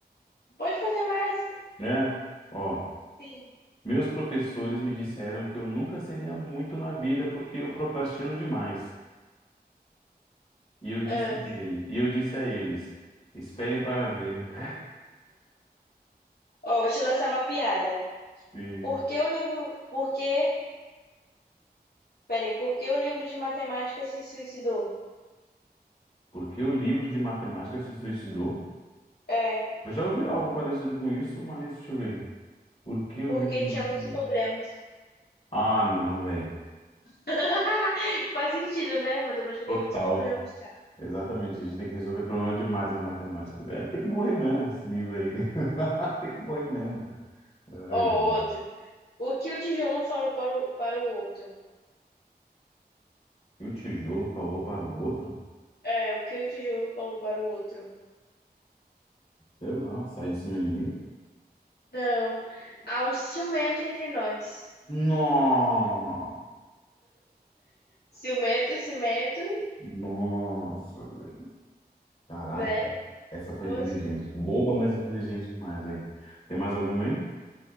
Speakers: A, on the left (about 75°); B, on the left (about 35°).
A: Pode fazer mais?
B: É. Ó,
A: Sim.
B: meus professores me disseram que eu nunca seria muito na vida porque eu procrastino demais. E eu disse
A: Ah,
B: a ele, e eu disse a eles, esperem para ver. <laughs>
A: Ó, vou te lançar uma piada.
B: E
A: Por que o livro. Por que. Peraí, por que o livro de matemática se suicidou?
B: Por que o livro de matemática se suicidou?
A: É,
B: Eu já ouvi algo parecido com isso, mas deixa eu ver. Por que o
A: porque
B: livro de matemática?
A: tinha muitos problemas.
B: Ah, não, velho.
A: <laughs> Faz sentido, né? Matemática
B: Total.
A: tem muitos problemas, cara.
B: Exatamente, a gente tem que resolver problema demais na matemática. É, tem que morrer mesmo, esse livro aí. <laughs> Tem que morrer mesmo. Ai,
A: Ó,
B: meu
A: outro. O que o tijolo falou para o, para o outro?
B: E o tijolo falou para o outro?
A: É, o que o tijolo falou para o outro?
B: Sei lá, sai de cima de mim?
A: Não. Há um ciumento entre nós.
B: Nossa!
A: Ciumento, cimento,
B: Nossa, velho. Caraca,
A: né?
B: essa foi
A: O
B: inteligente.
A: outro.
B: Boba, mas inteligente demais aí. Tem mais algum aí?